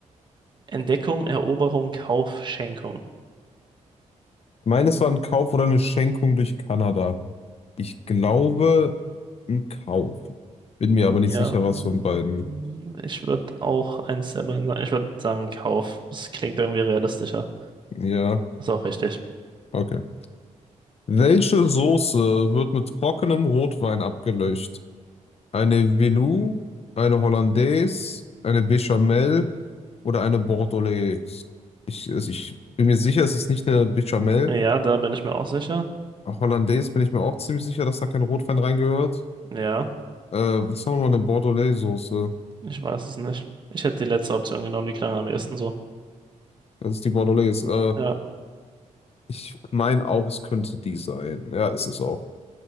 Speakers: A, on the right; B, on the left.
A: Entdeckung, Eroberung, Kauf, Schenkung.
B: Meines war ein Kauf oder eine Schenkung durch Kanada. Ich glaube, ein Kauf. Bin mir aber nicht
A: Ja,
B: sicher,
A: mm,
B: was von beiden.
A: ich würde auch eins der beiden sagen. Ich würde sagen Kauf. Das klingt irgendwie realistischer.
B: Ja,
A: Ist auch richtig.
B: okay. Welche Soße wird mit trockenem Rotwein abgelöscht? Eine Veloux, eine Hollandaise, eine Béchamel oder eine Bordelaise? Ich, also ich bin mir sicher, es ist nicht eine Béchamel.
A: Ja, da bin ich mir auch sicher.
B: Hollandaise bin ich mir auch ziemlich sicher, dass da kein Rotwein reingehört.
A: Ja.
B: Äh, was war nochmal eine Bordelaise-Soße?
A: Ich weiß es nicht. Ich hätte die letzte Option genommen, die klang am ehesten so.
B: Das ist die Bordelaise. Äh,
A: Ja,
B: ich meine auch, es könnte die sein. Ja, ist es auch.